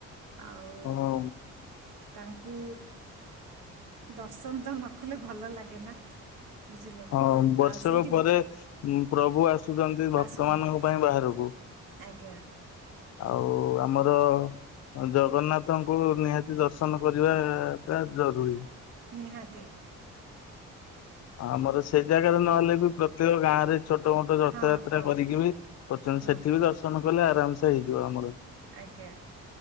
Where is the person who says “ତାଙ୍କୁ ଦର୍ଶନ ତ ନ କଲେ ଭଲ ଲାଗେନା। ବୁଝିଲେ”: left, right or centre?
Right